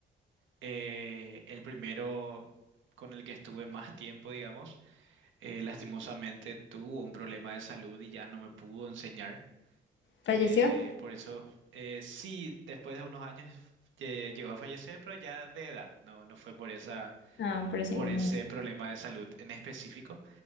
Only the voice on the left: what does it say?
¿Falleció?
Ah, pero sin
inconveniente.